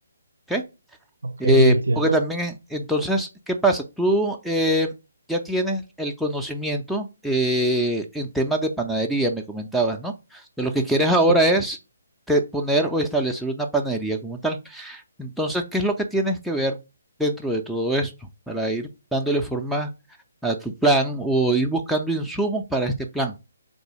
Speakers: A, in the centre; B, on the right (about 60°).
A: ¿ok?
B: ok,
A: Eh,
B: entiendo.
A: porque también, eh, entonces, ¿qué pasa? Tú eh, ya tienes el conocimiento eh, en temas de panadería, me comentabas, ¿no? De lo que quieres ahora
B: Sí,
A: es te- poner o establecer una panadería como tal. Entonces, ¿qué es lo que tienes que ver dentro de todo esto para ir dándole forma a tu plan o ir buscando insumos para este plan?